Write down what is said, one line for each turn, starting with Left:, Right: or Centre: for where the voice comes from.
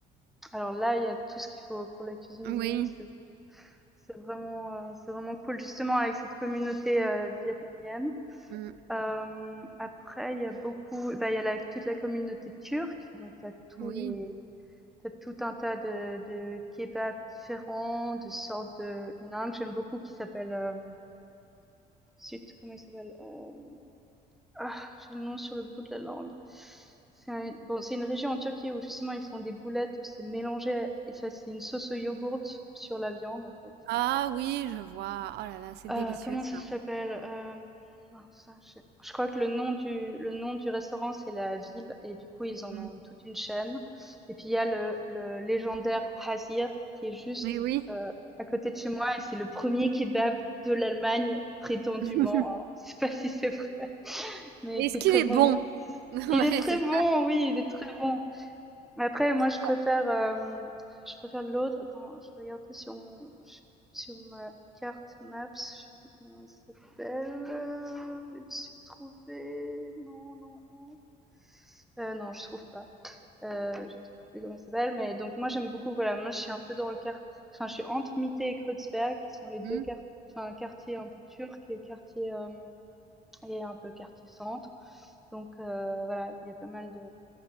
Centre: Alors là, il y a tout ce qu'il faut pour la cuisine
Right: Oui.
Centre: du monde. C'est c'est vraiment, euh, c'est vraiment cool, justement avec cette communauté euh, vietnamienne.
Right: Mmh.
Centre: Euh, après, il y a beaucoup, bah, il y a la- toute la communauté turque, donc t'as tous
Right: Oui.
Centre: les, T'as tout un tas de, de kebabs différents, de sortes de. Il y en a un que j'aime beaucoup qui s'appelle. euh, zut, comment il s'appelle? Euh, Ah, j'ai le nom sur le bout de la langue. C'est un- bon, c'est une région en Turquie où justement ils font des boulettes où c'est mélangé et ça c'est une sauce au yogourt sur la viande en fait.
Right: Ah oui, je vois. Oh là là, c'est
Centre: Heu,
Right: délicieux
Centre: comment
Right: ça.
Centre: ça s'appelle? Hem, mince, je je crois que le nom du le nom du restaurant, c'est la ville et du coup, ils en
Right: Mmh.
Centre: ont toute une chaîne et puis il y a le le légendaire Hasir qui est juste,
Right: Mais oui.
Centre: heu, à côté de chez moi et c'est le premier kebab de l'Allemagne prétendument,
Right: <laughs>
Centre: alors je sais pas si c'est vrai, mais
Right: Est-ce
Centre: qui est
Right: qu'il
Centre: très
Right: est
Centre: bon.
Right: Mmh. bon? <laughs>
Centre: Il est
Right: Ouais,
Centre: très
Right: c'est
Centre: bon,
Right: ça.
Centre: oui, il est très bon. Mais après, moi,
Right: ça.
Centre: je préfère, euh, je préfère l'autre. Attends, je vais regarder sur mon, sur ma carte Maps. Je sais plus comment il s'appelle. Euh, Je vais suis trouvé Non, non, non. Euh, non, je trouve pas. Euh, je trouve plus comment il s'appelle. Mais donc, moi, j'aime beaucoup. Voilà, moi, je suis un peu dans le quartier. Enfin, je suis entre Mitte et Kreuzberg, qui sont les deux
Right: Mmh.
Centre: quart- enfin, quartiers un peu turcs et quartiers euh, et un peu quartier centre. Donc euh, voilà, il y a pas mal de,